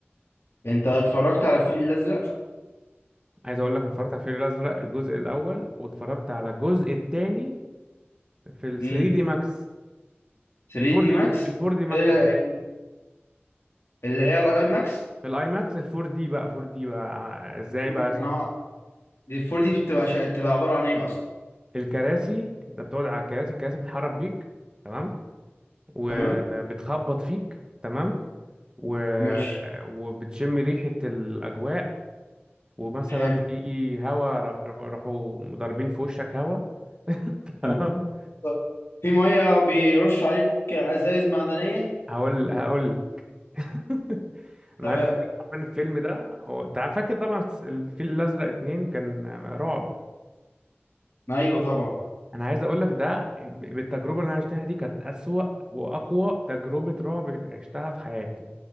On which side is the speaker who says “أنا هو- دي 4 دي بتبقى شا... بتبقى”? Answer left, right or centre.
Left